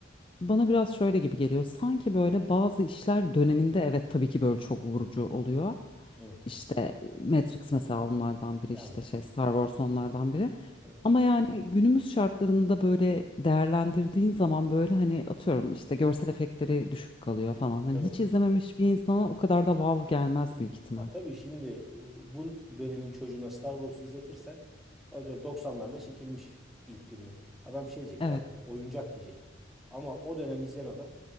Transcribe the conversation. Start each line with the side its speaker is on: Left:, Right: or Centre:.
Left: Bana biraz şöyle gibi geliyor. Sanki böyle bazı işler döneminde evet tabii ki böyle çok vurucu
Centre: Hı hı.
Left: oluyor.
Centre: Evet.
Left: İşte Matrix mesela onlardan biri
Centre: Yani.
Left: işte şey Star Wars onlardan biri.
Centre: Evet.
Left: Ama yani günümüz şartlarında böyle değerlendirdiğin zaman böyle hani atıyorum işte görsel efektleri düşük kalıyor falan. Hani
Centre: Evet.
Left: hiç izlememiş bir insana o kadar da vav gelmez büyük ihtimal.
Centre: Ya tabii şimdi e, bu dönemin çocuğuna Star Wars'u izletirsen atıyorum doksanlarda çekilmiş ilk filmi. Adam şey diyecek
Left: Evet.
Centre: ya bu oyuncak diyecek. Ama o dönem izleyen adam